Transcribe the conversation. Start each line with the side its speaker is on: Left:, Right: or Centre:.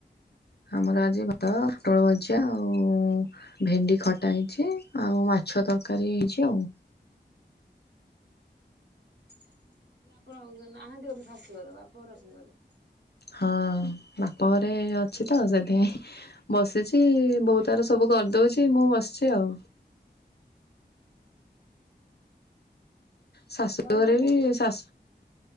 Left: ଆମର ଆଜି ଭାତ ପୋଟଳ ଭଜା ଆଉ ଭେଣ୍ଡି ଖଟା ହେଇଛି ଆଉ ମାଛ ତରକାରୀ ହେଇଛି ଆଉ।
Right: ଆଚ୍ଛା ମୁନି ଆପଣ ନାହାଁନ୍ତି ବୋଧେ ଶାଶୁ ଘର ବାପ ଘରେ ଅଛନ୍ତି ବୋଧେ?
Left: ହଁ ବାପ ଘରେ ଅଛି ତ ସେଥିପାଇଁ ହିଁ। ବସିଛି ବୋଉ ତାର ସବୁ କରିଦଉଛି ମୁଁ ବସିଛି ଆଉ।
Right: ହଁ ହଁ।
Left: ଶାଶୁ
Right: ଘରଟା
Left: ଘରେ
Right: କୋଉଠି?
Left: ବି ଶାସ